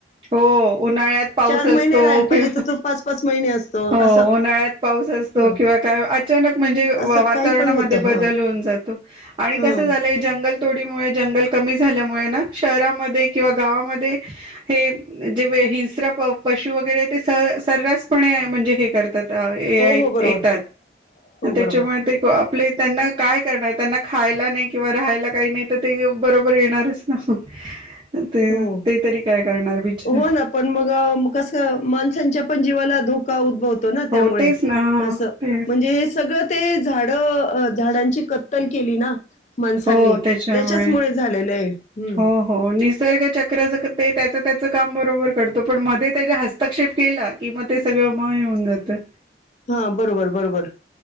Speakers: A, on the right; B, on the left.
A: हो उन्हाळ्यात पाऊस असतो.
B: महिने राहायला पाहिजे
A: कि
B: तर तो पाच पाच महिने असतो
A: हो
B: असं
A: उन्हाळ्यात पाऊस असतो.
B: हं.
A: किंवा काय अचानक म्हणजे वातावरणामध्ये
B: असं काही पण होतं हं.
A: बदल होऊन जातो. आणि
B: हं.
A: कस झालं जंगल, तोडीमुळे जंगल कमी झाल्यामुळे ना शहरामध्ये किंवा गावामध्ये. हे जे हिंस्र पशू वगैरे ते स सर्रास पणे म्हणजे हे करतात. येतात
B: हो, हो बरोबर. हो
A: त्याच्यामुळे
B: बरोबर.
A: आपले त्यांना काय करणार त्यांना खायला नाही. किंवा राहायला काही नाही तर ते बरोबर येणारच ना. ते
B: हो.
A: ते तरी काय करणार बिचार
B: हो ना पण मग कस माणसांच्या पण जीवाला धोका उद्भवतो <unintelligible> त्यामुळे
A: हो तेच ना ह
B: अस
A: तेच
B: म्हणजे हे सगळं ते झाड झाडांची कत्तल केली ना. माणसांनी
A: हो त्याच्यामुळे
B: त्याच्याच मुळे झालेलंय हे हम्म
A: हो हो निसर्ग चक्रच ते त्याच त्याच काम बरोबर करतो. पण मध्ये त्याचा हस्तक्षेप केला, की मग ते सगळं म येऊन जातं.
B: हा बरोबर बरोबर